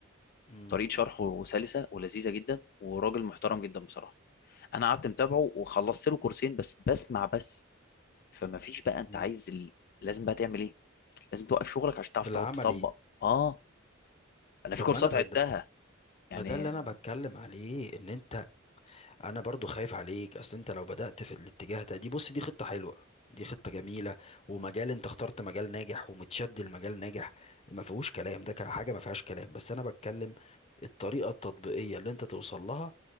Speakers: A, on the left; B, on the left.
A: مم.
B: طريقه شرحه سلسه ولذيذه جدا وراجل محترم جدا بصراحه انا قعدت متابعه وخلصت له كورسين بس بسمع بس فما فيش بقى انت
A: مم.
B: عايز ال... لازم بقى تعمل ايه لازم توقف شغلك عشان تعرف
A: العملي
B: تقعد تطبق اه انا في
A: طب
B: كورسات
A: ما انا بقيت
B: عدتها يعني
A: ما ده اللي انا بتكلم عليه ان انت انا برضو خايف عليك اصل انت لو بدأت في الاتجاه ده دي بص دي خطة حلوة دي خطة جميلة ومجال انت اخترت مجال ناجح ومتشد المجال ناجح ما فيهوش كلام ده حاجة ما فيهاش كلام بس انا بتكلم الطريقة التطبيقية اللي انت توصل لها